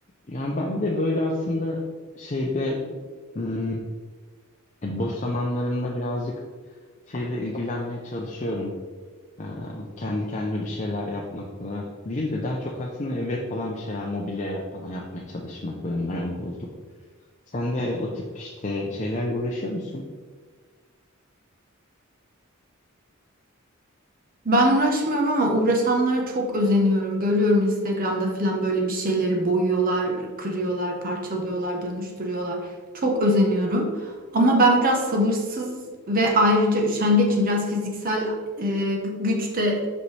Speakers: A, on the left; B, on the right.
A: Yani ben de böyle aslında şeyde hmm, hani boş zamanlarımda birazcık şeyle ilgilenmeye çalışıyorum. Ee, kendi kendime bir şeyler yapmakla değil de daha çok aslında eve falan bir şeyler mobilya falan yapmaya çalışmak böyle marangozluk. Sen de o tip işte şeylerle uğraşıyor musun?
B: Ben uğraşmıyorum ama uğraşanlara çok özeniyorum. Görüyorum Instagram'da falan böyle bir şeyleri boyuyorlar, kırıyorlar, parçalıyorlar, dönüştürüyorlar. Çok özeniyorum. Ama ben biraz sabırsız ve ayrıca üşengeçim. Biraz fiziksel e, gü- güç de